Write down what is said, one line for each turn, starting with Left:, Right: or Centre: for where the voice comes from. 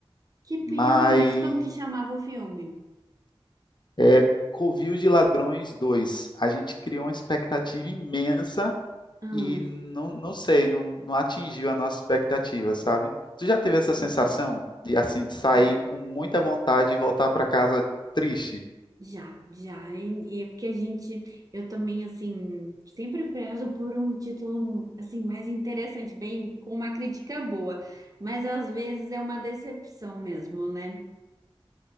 Right: que
Left: mas
Right: pena, mas como que chamava o filme?
Left: é Covil de Ladrões 2. A gente criou uma expectativa imensa
Right: Ah,
Left: e não, não sei, não, não atingiu a nossa expectativa, sabe? Tu já teve essa sensação
Right: hum,
Left: de assim de sair
Right: já,
Left: com muita vontade e voltar para casa triste?
Right: já, já. E é porque a gente, eu também, assim, sempre prezo por um título, assim, mais interessante, bem, com uma crítica boa, mas às vezes é uma decepção mesmo, né?